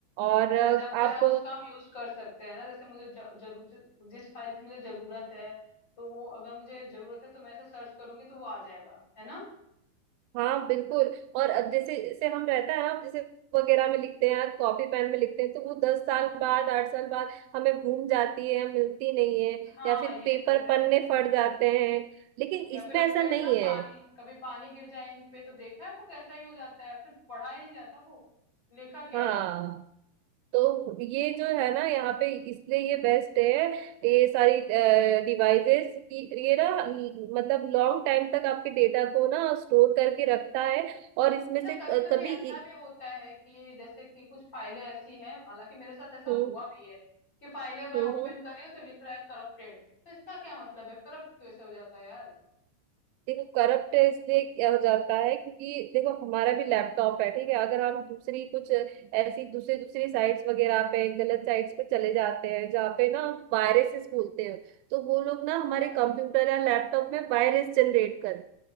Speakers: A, on the right (about 85°); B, on the left (about 25°).
A: और
B: अच्छा
A: अ,
B: जब चाहे
A: आप
B: उसका हम यूज कर सकते हैं ना जैसे मुझे ज- जरूर ज- जिस फाइल की मुझे जरूरत है तो वो अगर मुझे जरूरत है तो मैं ऐसे सर्च करूंगी तो वो आ जाएगा है ना
A: हाँ बिल्कुल और अब जैसे जैसे हम रहता है ना जैसे वगैरह में लिखते हैं कॉपी पेन में लिखते हैं तो वो दस साल बाद आठ साल बाद हमें घूम जाती है मिलती नहीं है
B: हाँ
A: या फिर
B: ये
A: पेपर
B: तो है
A: पन्ने फट जाते हैं लेकिन
B: या
A: इसमें
B: फिर उस
A: ऐसा
B: पे
A: नहीं
B: ना
A: है
B: पानी कभी पानी गिर जाए इंक पे तो देखा है वो कैसा ही हो जाता है फिर पढ़ा ही नहीं जाता वो लिखा क्या
A: हाँ
B: है
A: तो ये जो है ना यहाँ पे इसलिए ये बेस्ट है ये सारी डिवाइसेस ये ना मतलब लॉन्ग टाइम तक आपके डेटा को ना स्टोर करके रखता है और इसमें
B: अच्छा
A: से
B: कभी
A: अ,
B: कभी
A: कभी
B: ऐसा
A: इ-
B: भी होता है कि जैसे कि कुछ फाइलें ऐसी हैं हालांकि मेरे साथ ऐसा
A: हम्म
B: हुआ भी है कि फाइलें मैं
A: हम्म
B: ओपन
A: हम्म।
B: कर रही हूँ तो लिख रहा है करप्टेड तो इसका क्या मतलब है करप्ट कैसे हो जाता है यार
A: देखो करप्ट इसलिए क्या हो जाता है क्योंकि देखो हमारा भी लैपटॉप है ठीक है अगर हम दूसरी कुछ ऐसी दूसरी दूसरी साइट्स वगैरह पे गलत साइट्स पे चले जाते हैं जहाँ पे ना वायरसेस बोलते हैं तो वो लोग
B: अच्छा
A: ना हमारे
B: अच्छा
A: कंप्यूटर या लैपटॉप में वायरस जनरेट कर